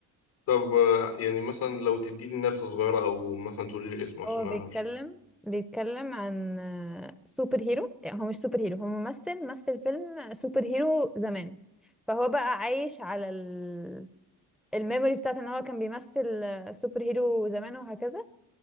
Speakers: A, on the left (about 85°); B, in the centre.
A: طب آه، يعني مثلا لو تديني نبذه صغيره او مثلا تقولي لي اسمه عشان
B: هو
A: انا
B: بيتكلم
A: مش
B: بيتكلم عن آه، سوبر هيرو يعني هو مش سوبر هيرو هو ممثل مثل فيلم سوبر هيرو زمان فهو بقى عايش على ال... الميموريز بتاعت ان هو كان بيمثل آه، سوبر هيرو زمان وهكذا